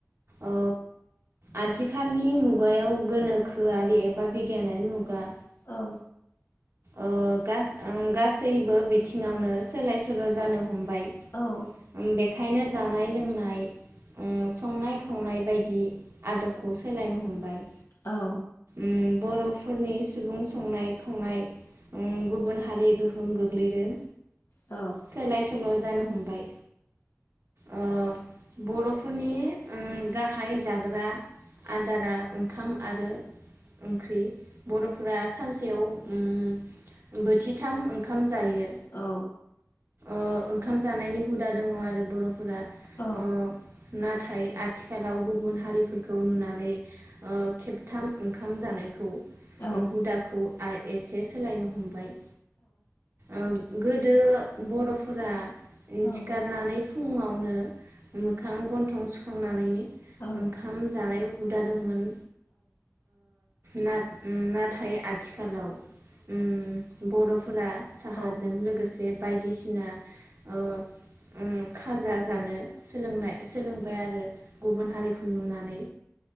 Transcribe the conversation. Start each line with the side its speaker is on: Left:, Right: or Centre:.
Right: औ आथिखालनि मुगायाव गोनोखोआरि एबा बिगियानारि मुगा
Left: औ
Right: ओ गास ओ गासैबो बिथिंङावनो सोलाय सोल' जानो हमबाय।
Left: औ
Right: उम बेखायनो जानाय लोंनाय ओ संनाय खावनाय बायदि आदबखौ सोलायनो हमबाय।
Left: औ
Right: उम बरफोरनि सुबुं संनाय खावनाय। उम गुबुन हारि गोहोम गोग्लैदों।
Left: औ
Right: सोलाय सल' जानो हमबाय ओ बरफोरनि उम गाहाय जाग्रा आदारा ओंखाम आरो ओंख्रि बरफोरा सानसेयाव उम बोथिथाम ओंखाम जायो।
Left: औ
Right: ओ ओंखाम जानायनि हुदा दङ आरो बर'फोरा।
Left: औ
Right: अ नाथाय आथिखालाव गुबुन हारिफोरखौ नुनानै ओ खेबथाम ओंखाम जानायखौ उम
Left: औ
Right: हुदाखौ आय एसेस सोलायनो हमबाय। ओ गोदो बरफोरा
Left: औ
Right: सिखारनानै फुङाव मोखां गन्थं सुखांनानै
Left: औ
Right: ओंखाम जानायाव हुदा दंमोन। ना-नाथाय आथिखालाव उम बरफोरा साहाजों
Left: औ
Right: लोगोसे बायदिसिना ओ उम खाजा जानो सोलोंनाय सोलोंबाय आरो। गुबुन हारिखौ नुनानै।